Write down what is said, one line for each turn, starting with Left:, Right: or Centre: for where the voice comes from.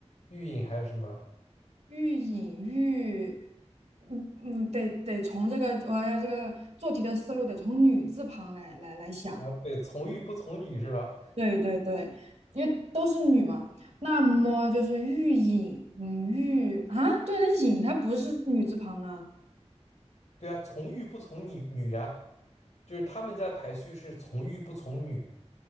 Left: 玉隐还有什么？
Right: <laughs> 玉隐玉，嗯嗯，得得从这个我要这个做题的思路得从女字旁来来来想。
Left: 啊？对，从玉不从女是吧？
Right: 对对对，因为都是女嘛，那么就是玉隐，嗯，玉啊，对，那隐它不是女字旁啊，
Left: 对啊，从玉不从女女呀、就是他们家的排序是从玉不从女